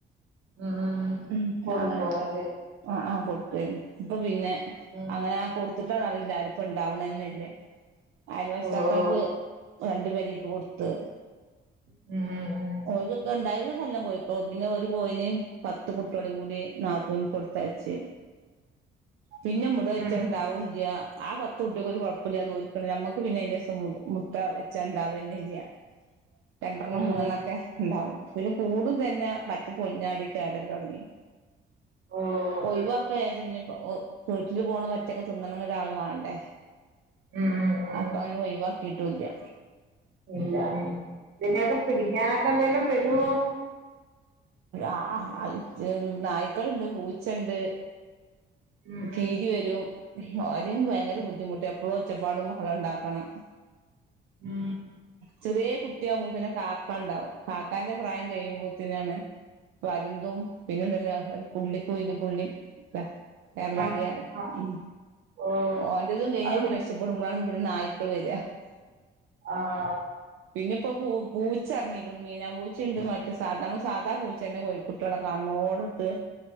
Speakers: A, on the right; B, on the right.
A: ഉം ഉം ഉം
B: ഉ
A: കൊടുക്കും
B: അങ്ങനെയൊക്കെ
A: അല്ലേ
B: ആ ആ കൊടുക്ക ഇപ്പൊ പിന്നെ?
A: ഉം
B: അങ്ങനെ കൊടുത്തിട്ടാന്നറിയില്ല അത് ഇപ്പോൾ ഇണ്ടാവണു തന്നെ ഇല്ല്യ? അയൽവാശിതാത്തക്ക്
A: ഓഹ്
B: രണ്ടു പേരക്ക് കൊടുത്ത്
A: ഉം ഉം
B: ഓര്ക്കൊക്കെ
A: ഉം
B: <unintelligible> പിന്നെ ഒരു കോയിനേം പത്ത് കുട്ട്യോളെ കൂടി നാത്തൂന്ക്ക് കൊടുത്തയച്ച്. പിന്നെ മുട വെച്ചു
A: ഉം ഉം
B: ഉണ്ടാവുല്ല്യ ആ പത്ത്കുട്ട്യോക്കും ഒരു കുഴപ്പമില്ലാ എന്ന് ദോർക്കുന്ന്‌ ഞമ്മക്ക് പിന്നെ അയിന്റെഷം മുട്ട വെച്ചാൽ ഒണ്ടാവെന്നില്ല തന്നെ ഇല്ല്യ. രണ്ടണ്ണം
A: ഓഹ്
B: മുന്നെണ്ണോക്കെ ഇണ്ടാവും പിന്നെ കൂടും തന്നെ പറ്റി പൊളിഞ്ഞാടി കേടന്ന് തുടങ്ങി
A: ഓഹ്
B: ഒയ്യിവാക്കാന്ന് വിചാരിച്ചു പിന്നെ ഇപ്പോൾ വീട്ടില് പോണ വറ്റൊക്കെ തിന്നന്നങ്കിൽ ഒരാൾ വാണ്ടേ?
A: ഉം ഉം ഉം
B: അപ്പൊ അങ്ങനെ ഒയ്യ് - കിട്ടൂല്ല്യ
A: ഇല്ല്യാന്നെ? ഇതിനെയൊക്കെ പിടിക്കാനൊക്കെ എന്തെലും വരുവോ?
B: ആ ആ നായ്ക്കളുണ്ട് പൂച്ചേണ്ട്.
A: ഉം
B: കീരി വരും ആദ്യം ഭയങ്കര
A: ഉം
B: ബുദ്ധിമുട്ടീ എപ്പളും ഒച്ചപ്പാടും ബഹളുണ്ടാക്കണ്.
A: ഉം
B: ചെറിയ കുട്ടിയാകുമ്പോക്കിനും കാക്ക ഉണ്ടാവും. കാക്കാന്റെ പ്രായം കഴിയുമ്പോത്തന്നെയാണ്. പരുന്തും പിന്നെ ഒണ്ടല്ല ഒരു പുള്ളികുയില് പുള്ളി അല്ലേ. കേരളാട
A: ആഹ് ആഹ്
B: ഉം
A: ഓഹ്
B: ഓന്റെതും കഴിഞ്ഞൊക്കെ
A: അതും
B: രക്ഷപ്പെടുമ്പോഴാണ് പിന്നെ നായി <unintelligible>
A: ആാ
B: പിന്നെ ഇപ്പോ പൂ പൂച്ചെറെങ്ങി മീനാ പൂച്ചേണ്ട് മറ്റേ സാധാ നമ്മാ സാധാ പൂച്ച തന്നെ കോഴിക്കുട്ടിളെ കാണ്ണ്ണോടെട്ട്